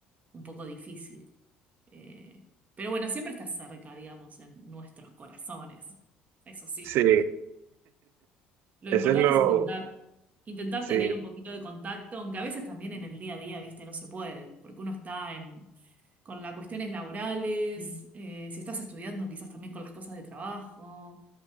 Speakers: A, on the right; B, on the right.
A: un poco difícil. Eh, pero bueno, siempre está cerca, digamos, en nuestros corazones. Eso sí.
B: Sí,
A: Lo
B: eso
A: importante
B: es lo,
A: es intentar, intentar
B: sí,
A: tener un poquito de contacto, aunque a veces también en el día a día, viste, no se puede, porque uno está en, con las cuestiones laborales, eh, si estás estudiando, quizás también con las cosas de trabajo,